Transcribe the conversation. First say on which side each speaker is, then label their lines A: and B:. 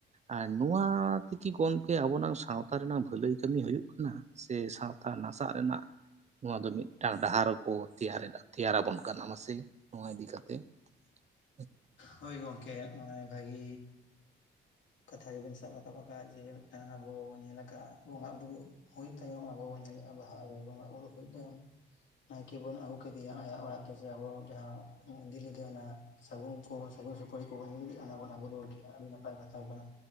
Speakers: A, on the right; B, on the left.
A: ᱟᱨ ᱱᱚᱣᱟ ᱛᱮᱠᱤ ᱜᱚᱢᱠᱮ ᱟᱵᱚᱱᱟᱝ ᱥᱟᱶᱛᱟ ᱨᱮᱱᱟᱝ ᱵᱷᱟᱹᱞᱟᱹᱭ ᱠᱟᱹᱢᱤ ᱦᱩᱭᱩᱜ ᱠᱟᱱᱟ ᱥᱮ ᱥᱟᱶᱛᱟ ᱱᱟᱥᱟᱜ ᱨᱮᱱᱟᱜ ᱱᱚᱣᱟ ᱫᱚ ᱢᱤᱫᱴᱟᱝ ᱰᱟᱦᱟᱨᱠᱚ ᱛᱮᱭᱟᱨᱟᱵᱚᱱ ᱠᱟᱱᱟ ᱢᱟᱥᱮ ᱱᱚᱣᱟ ᱤᱫᱤ ᱠᱟᱛᱮᱜ, <inaudible>
B: ᱦᱳᱭ ᱜᱚᱝᱠᱮ ᱱᱚᱜᱼᱚᱭ ᱵᱷᱟᱹᱜᱤ ᱠᱟᱛᱷᱟ ᱜᱮᱵᱟᱭ ᱥᱟᱵ ᱨᱟᱠᱟᱵ ᱟᱠᱟᱫ ᱡᱮ ᱢᱤᱫᱴᱟᱝ ᱟᱵᱚ ᱵᱚᱱ ᱧᱮᱞ ᱟᱠᱟᱫ ᱵᱚᱸᱜᱟᱼ ᱵᱩᱨᱩ ᱦᱩᱭ ᱛᱟᱭᱚᱢ ᱟᱵᱚ ᱵᱚᱱ ᱧᱮᱞᱮᱜᱼᱟ ᱵᱟᱦᱟᱜ ᱨᱮ ᱵᱚᱸᱜᱟᱼ ᱵᱩᱨᱩ ᱦᱩᱭ ᱛᱟᱭᱚᱢ ᱱᱟᱭᱠᱮ ᱵᱚᱱ ᱟᱹᱜᱩ ᱠᱮᱫᱮᱭᱟ ᱟᱭᱟᱜ ᱚᱲᱟᱜ ᱛᱮᱥᱮ ᱟᱵᱚ ᱡᱟᱦᱟᱸ ᱵᱚᱱ ᱤᱫᱤ ᱞᱮᱫᱮᱭᱟ ᱚᱱᱟ ᱥᱟᱹᱜᱩᱱ ᱟᱵᱚ ᱥᱟᱹᱜᱩᱱ ᱥᱩᱯᱟᱹᱨᱤ ᱠᱚᱵᱚᱱ ᱟᱱᱟ ᱵᱚᱱ ᱟᱹᱜᱩ ᱨᱩᱣᱟᱲ ᱠᱮᱜᱼᱟ ᱟᱰᱤ ᱱᱟᱯᱟᱭ ᱠᱟᱛᱷᱟ ᱜᱮ ᱠᱟᱱᱟ